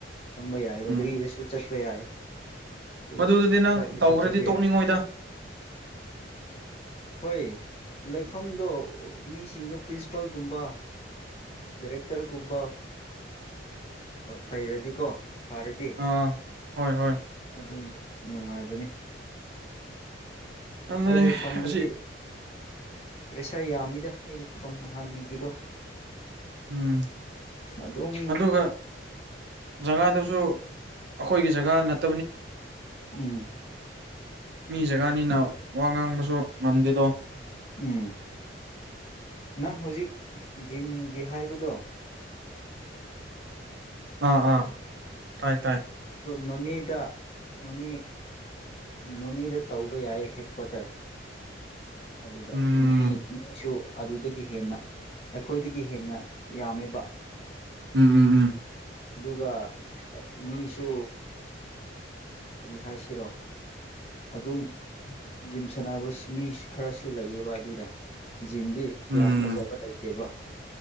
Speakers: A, on the left; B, on the right.
A: ꯆꯝꯕꯩ ꯍꯥꯏ
B: ꯎꯝ
A: ꯒꯔꯤ ꯁꯨ ꯆꯠꯄꯏ ꯑꯗꯨꯕꯨꯁꯨ
B: ꯃꯗꯨꯗꯨꯗꯤ ꯅꯪ ꯇꯧꯈ꯭ꯔꯗꯤ
A: ꯆ ꯄꯥꯏ
B: ꯇꯣꯛꯅꯤꯡꯉꯣꯏꯗ
A: ꯍꯣꯏ ꯂꯩꯐꯝꯗꯣ ꯃꯤꯁꯤꯡꯗꯣ ꯄ꯭ꯔꯤꯟꯁꯤꯄꯥꯜꯒꯨꯝꯕ ꯗꯥꯏꯔꯦꯛꯇꯔꯒꯨꯝꯕ ꯐꯩꯔꯗꯤꯀꯣ ꯐꯔꯗꯤ
B: ꯑꯥ ꯍꯣꯏ ꯍꯣꯏ
A: ꯑꯗꯨꯝ ꯅꯨꯡꯉꯥꯏꯕꯅꯤ
B: ꯑꯗꯨꯅꯦ
A: ꯑꯩ ꯂꯩꯐꯝꯗꯨꯗꯤ
B: ꯑꯁꯤ
A: ꯄ꯭ꯔꯦꯁꯥꯔ ꯌꯥꯝꯃꯤꯗ ꯑꯩꯐꯝ ꯅ ꯍꯥꯟꯒꯤꯗꯣ
B: ꯎꯝ
A: ꯑꯗꯨꯝ
B: ꯑꯗꯨꯒ ꯖꯒꯥꯗꯨꯁꯨ ꯑꯩꯈꯣꯏꯒꯤ ꯖꯒꯥ ꯅꯠꯇ
A: ꯎꯝ
B: ꯃꯤ ꯒꯥꯅꯤꯅꯅꯥ ꯋꯥ ꯉꯥꯡꯕꯁꯨ ꯉꯝꯗꯤꯗꯣ
A: ꯎꯝ ꯅꯪ ꯍꯧꯖꯤꯛ ꯖꯤꯝꯒꯤ ꯍꯥꯏꯕꯗꯣ
B: ꯑꯥ ꯑꯥ ꯇꯥꯏ ꯇꯥꯏ
A: ꯅꯣꯅꯤꯗ ꯅꯣꯅꯤ ꯅꯣꯅꯤꯗ ꯇꯧꯕ ꯌꯥꯏ ꯍꯦꯠꯀ꯭ꯋꯥꯇꯔ ꯑꯗꯨꯗ
B: ꯎꯝ
A: ꯃꯤꯁꯨ ꯑꯗꯨꯗꯒꯤ ꯍꯦꯟꯅ ꯑꯩꯈꯣꯏꯗꯒꯤ ꯍꯦꯟꯅ ꯌꯥꯝꯃꯤꯕ
B: ꯎꯝ ꯎꯝ ꯎꯝ
A: ꯑꯗꯨꯒ ꯃꯤꯁꯨ ꯔꯔꯤꯍꯏꯁꯤꯔꯣ ꯑꯗꯨꯝ ꯖꯤꯝ ꯁꯥꯟꯅꯕ ꯃꯤ ꯈꯔꯁꯨ ꯂꯩꯑꯕ ꯑꯗꯨꯗ ꯖꯤꯝꯗꯤ ꯀꯌꯥ
B: ꯎꯝ
A: ꯐꯖꯕ ꯂꯩꯇꯦꯕ